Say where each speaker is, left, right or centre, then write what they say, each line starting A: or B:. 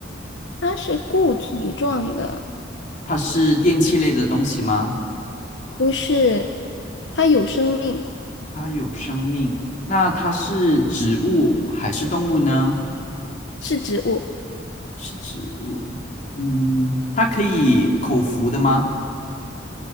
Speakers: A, on the left; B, on the left.
A: 它是固体状的，
B: 它是电器类的东西吗？
A: 不是，它有生命，
B: 它有生命，那它是植物还是动物呢？
A: 是植物。
B: 是植物，嗯，它可以口服的吗？